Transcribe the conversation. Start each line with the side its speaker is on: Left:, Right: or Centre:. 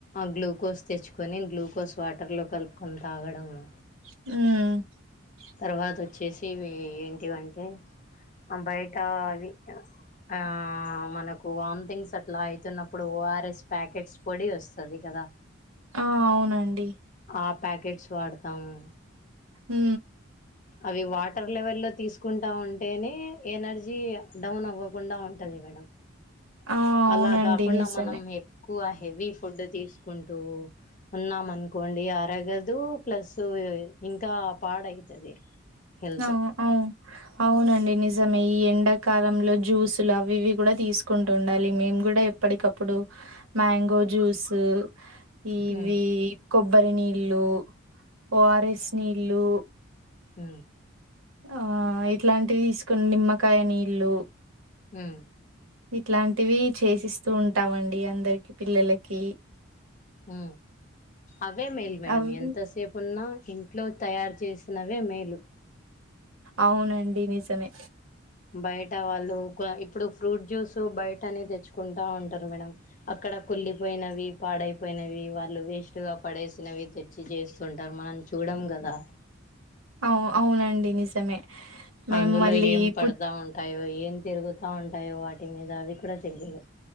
Left: గ్లూకోస్ తెచ్చుకొని గ్లూకోస్ వాటర్లో కలుప్కొని తాగడము.
Right: మ్
Left: తర్వాత వచ్చేసి ఇవి ఏంటివంటే బైటా అవి ఆ మనకు వామ్ థింగ్స్ అట్లా అయితున్నప్పుడు ఓఆర్ఎస్ ప్యాకెట్స్ పొడి వస్తది కదా
Right: ఆ అవునండి
Left: ఆ ప్యాకెట్స్ వాడ్తాము.
Right: మ్
Left: అవి వాటర్ లెవెల్లో తీస్కుంటా ఉం టేనే ఎనర్జీ డౌన్ అవ్వకుండా ఉంటది మేడం.
Right: ఆ అవునండి
Left: అలా కాకుండా
Right: నిజమే
Left: మనం ఎక్కువ హెవీఫుడ్ తీస్కుంటూ ఉన్నాం అన్కోండి అరగదు ప్లస్ ఇంకా పాడైతది. హెల్త్
Right: ఆ అవు అవునండి నిజమే ఈ ఎండాకాలంలో జ్యూసులవి ఇవి కూడా తీసుకుంటు ఉండాలి మేము గుడా ఎప్పడికప్పుడు మ్యాంగో జూస్ ఇవి
Left: ఉమ్
Right: కొబ్బరి నీళ్ళు ఓఆర్ఎస్ నీళ్ళు
Left: ఉ
Right: ఆ ఇట్లాంటివి తీసుకుని నిమ్మకాయ నీళ్ళు
Left: ఉం
Right: ఇట్లాంటివి చేసిస్తూ ఉంటామండి అందరికి పిల్లలకి
Left: ఉ అవే మేలు మేడం
Right: అవి
Left: ఎంతసేపు ఉన్నా ఇంట్లో తయారు చేసినవే మేలు
Right: అవునండి నిజమే
Left: బయట వాళ్ళు కో ఇప్పుడు ఫ్రూట్ జ్యూస్ బయటనే తెచ్చుకుంటా ఉంటారు మేడం అక్కడ కూ కుళ్లిపోయినవి పాడైపోయినవి వాళ్ళు వేస్ట్ గా పడేసినవి తెచ్చి చేస్తుంటారు మనం చూడ ము గదా
Right: అవు అవునండి నిజమే మేము
Left: అందులో
Right: మళ్ళీ
Left: ఏం పడతా
Right: పు
Left: ఉంటాయో ఏం తిరుగుత ఉంటాయో వాటి మీద అవి కూడా తెలిదు